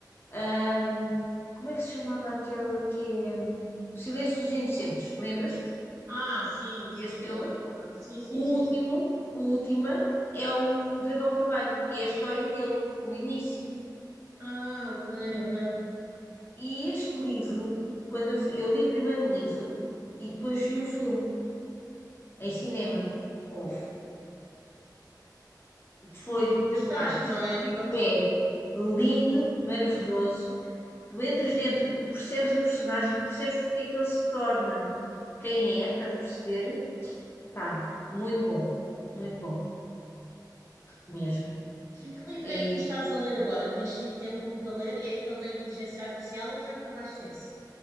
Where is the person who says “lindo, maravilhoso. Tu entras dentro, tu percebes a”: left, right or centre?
Left